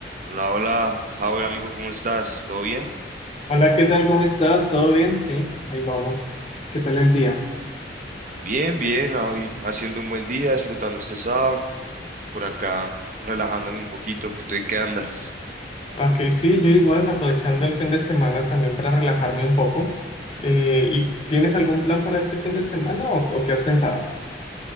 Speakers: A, on the right (about 45°); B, on the left (about 35°).
A: Hola, hola, Howard, amigo, ¿cómo estás? ¿Todo bien?
B: Hola, ¿qué tal? ¿Cómo estás? ¿Todo bien? Sí, ahí vamos. ¿Qué tal el día?
A: Ah, bien, bien, hoy haciendo un buen día, disfrutando este sábado, por acá relajándome un poquito. ¿Tú en qué andas?
B: Ok, sí, yo igual, aprovechando el fin de semana también para relajarme un poco. Eh, ¿y tienes algún plan para este fin de semana o, o qué has pensado?